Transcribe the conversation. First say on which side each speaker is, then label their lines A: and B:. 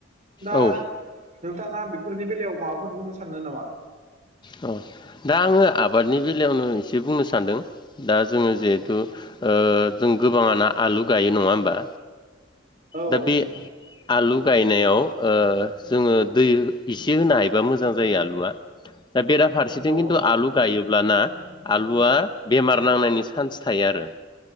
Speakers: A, on the right (about 40°); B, on the left (about 25°).
A: दा
B: औ
A: नोंथाङा बेफोरनि बेलायाव माबाफोर बुंनो साननो नामा
B: अ दा आङो आबादनि बेलायावनो एसे बुंनो सान्दों दा जोङो जिहेथु ओ जों गोबाङाना आलु गायो नङा होमबा
A: औ
B: दा
A: औ
B: बे
A: नोंथां
B: आलु गायनायाव ओ जोङो दै एसे होनो हायोबा मोजां जायो आलुआ दा बेराफारसेथिं
A: औ
B: खिन्थु
A: औ
B: आलु गायो ब्लाना आलुआ बेमार नांनायनि चान्स थायो आरो